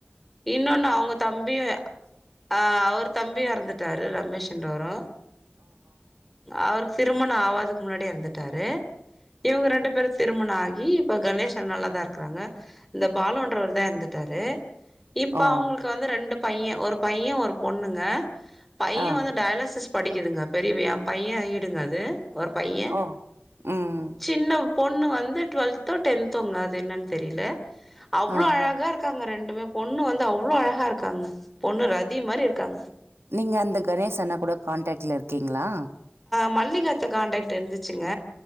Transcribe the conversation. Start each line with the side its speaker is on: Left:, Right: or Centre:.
Centre: இன்னொன்னு அவுங்க தம்பியு ஆ அவர் தம்பி எறந்துட்டாரு ரமேஷ் என்றோரு அவருக்கு திருமண ஆவாதுக்கு முன்னாடியே எறந்துட்டாரு இவுங்க ரெண்டு பேரு திருமண ஆகி இ இப்ப கணேசன் நல்லாதா இருக்கறாங்க இந்த பாலுன்றவர்தா எறந்துட்டாரு இப்ப
Right: ஓ
Centre: அவுங்களுக்கு வந்து ரெண்டு பைய ஒரு பைய ஒரு பொண்ணுங்க பைய
Right: ஆ
Centre: வந்து டயாலசிஸ் படிக்குதுங்க பெரியவ பைய ஈடுங்க அது ஒரு பைய
Right: ஓ ம்
Centre: சின்ன பொண்ணு வந்து டுவெல்த்தோ டென்த்தோங்க அது என்னன்னு தெரியல அவ்ளோ
Right: ஆ
Centre: அழகா இருக்காங்க ரெண்டு மே பொண்ணு வந்து அவ்ளோ அழகா இருக்காங்க பொண்ணு ரதி மாரி இருக்காங்க
Right: நீங்க அந்த கணேஸ் அன்னா கூட கான்டாக்ட்ல இருக்கீங்களா
Centre: மல்லிகாத்த காான்டாக்ட் இருந்துச்சுங்க